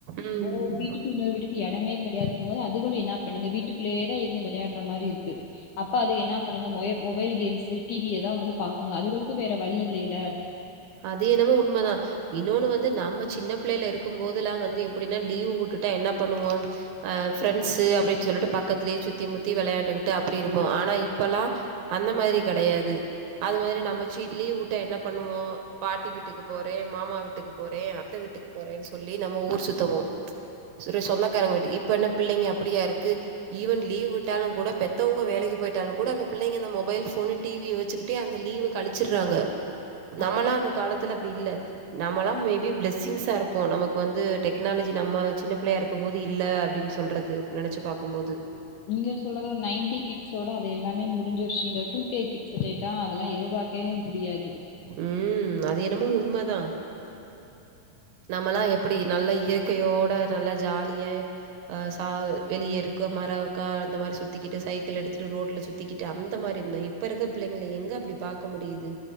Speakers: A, on the right; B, on the left.
A: ம்.
B: ஒவ்வொரு வீட்டுக்கு இன்னொரு வீட்டுக்கு எடமே கெடையாதுங்க போது அதுகளு என்னா பண்ணுங்க வீட்டுக்குள்ளயே தா இருந்து விளாடுற மாரி இருக்கு அப்ப அதுக என்னா பண்ணுங்க மொயபோ அட்டல் கேம்ஸ் டிவியதா வந்து பாக்குங்க அதுகளுக்கு வேற வழி இல்லைல்ல
A: அது என்னமோ உண்மைதா இன்னொன்னு வந்து நம்ம சின்ன பிள்ளைைல இருக்கு போதுலா வந்து எப்டின்னா லீவு உட்டுட்டா என்ன பண்ணுவோ அ ஃப்ரெண்ட்ஸ்சு அப்டின் சொல்ட்டு பக்கத்துலயே சுத்தி முத்தி விளையாண்டுக்கிட்டு அப்டி இருப்போ ஆனா இப்பல்லா அந்த மாரி கெடையாது அது மாரி நம்மச்சி லீவ் விட்டா என்ன பண்ணுவோ பாட்டி வீட்டுக்கு போறே மாமா வீட்டுக்கு போறே அத்த வீட்டுக்கு போறேன் சொல்லி நம்ம ஊர் சுத்துவோ ச சொந்தக்காரங்க வீட்டுக்கு இப்ப என்ன பிள்ளைங்க அப்படியா இருக்கு ஈவன் லீவ் விட்டாலு கூட பெத்தவுங்க வேலைக்கி போயிட்டாலு கூட அந்த பிள்ளைங்க அந்த மொபைல் போனு டிவிய வச்சுக்கிட்டே அந்த லீவ கழிச்சிறாங்க
B: <inaudible>
A: நம்மல்லா அந்த காலத்துல அப்டி இல்ல நம்மளா மெபி பிளெஸிங்ஸா இருப்போ நமக்கு வந்து டெக்னாலஜி நம்ம சின்ன பிள்ளையா இருக் போது இல்ல அப்டின்னு சொல்றது நெனைச்சு பாக்குபோது
B: நீங்க சொல்றது எல்லா நைன்டி கிட்ஸ்ஸோட அது எல்லாமே முடிஞ்சிருச்சு இந்த டூ கே கிட்ஸ் கேட்டா அதெல்லா எதிர்பார்க்கவே முடியாது
A: உ அது என்னமோ உண்மைதா நம்மல்லா எப்படி நல்ல இயற்கையோட நல்ல ஜாலிய அ ச வெளிய இருக்க மரம்க்கா அந்த மாறி சுத்திகிட்டு சைக்கிள் எடுத்துட்டு ரோட்ல சுத்தி சுத்திக்கிட்டு அந்த மாதிரி இருந்தோ இப்ப இருக்க பிள்ளைங்கள எங்க அப்டி பாக்க முடியுது